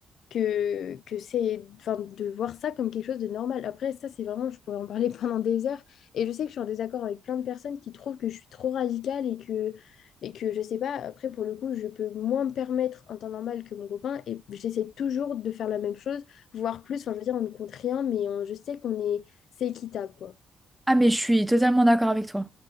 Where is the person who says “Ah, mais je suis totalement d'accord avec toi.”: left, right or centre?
Centre